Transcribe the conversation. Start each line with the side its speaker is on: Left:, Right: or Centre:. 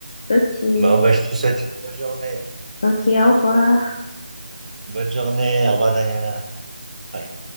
Left: Ok,
Right: Bon, bah, je te souhaite une bonne journée.
Left: ok, au revoir.
Right: Bonne journée. Au revoir, Daniela. Bye.